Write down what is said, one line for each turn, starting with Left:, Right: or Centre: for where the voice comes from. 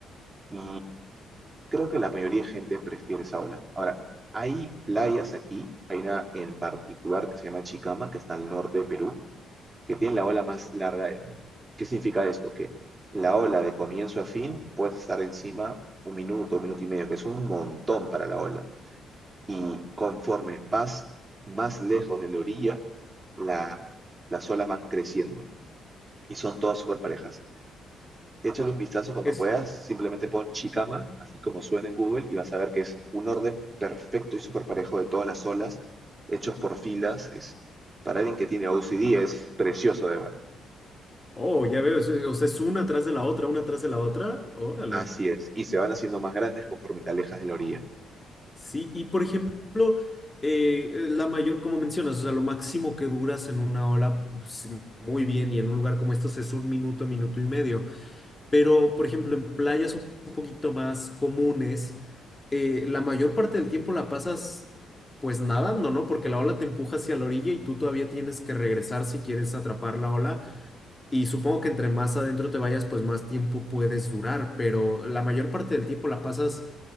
Right: y creo que la mayoría de gente prefiere esa ola. Ahora, hay playas aquí, hay una en particular que se llama Chicama, que está al norte de Perú, que tienen la ola más larga del mundo. ¿Qué significa esto? Que la ola de comienzo a fin puede estar encima un minuto, un minuto y medio, que es un montón para la ola. Y conforme vas más lejos de la orilla, la- las olas van creciendo y son todas súper parejas. Échale un vistazo cuando
Left: Es,
Right: puedas, simplemente pon Chicama, así como suena en Google, y vas a ver que es un orden perfecto y súper parejo de todas las olas, hechos por filas. Es, para alguien que tiene OCD es precioso de ver.
Left: oh, ya veo, es- o sea, es una atrás de la otra, una atrás de la otra, órale.
Right: Así es, y se van haciendo más grandes conforme te alejas de la orilla.
Left: Sí, y por ejemplo, eh, eh, la mayor, como mencionas, o sea, lo máximo que duras en una ola, pues, muy bien, y en un lugar como estos es un minuto, minuto y medio. Pero, por ejemplo, en playas un un poquito más comunes, eh, la mayor parte del tiempo la pasas pues nadando, ¿no? Porque la ola te empuja hacia la orilla y tú todavía tienes que regresar si quieres atrapar la ola. Y supongo que entre más adentro te vayas, pues más tiempo puedes durar, pero la mayor parte del tiempo la pasas